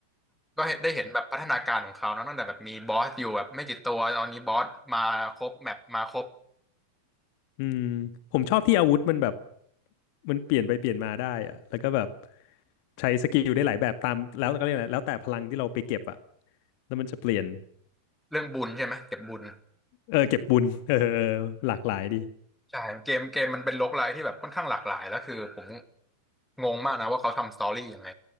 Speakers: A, in the centre; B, on the left.
A: ก็เห็นได้เห็นแบบพัฒนาการของเขาเนอะตั้งแต่แบบมีบอสอยู่แบบไม่กี่ตัวตอนนี้บอสมาครบแมปมาครบ
B: อืมผมชอบที่อาวุธมันแบบมันเปลี่ยนไปเปลี่ยนมาได้อะแล้วก็แบบใช้สกิลได้หลายแบบตามแล้วก็เรียกอะไรแล้วแต่พลังที่เราไปเก็บอะแล้วมันจะเปลี่ยน
A: เรื่องบุญใช่ไหมเก็บบุญ
B: เออเก็บบุญเออเออหลากหลายดี
A: ใช่เกมเกมมันเป็นโรคไลท์ที่แบบค่อนข้างหลากหลายแล้วคือผมงงมากนะว่าเขาทำสตอรี่ยังไง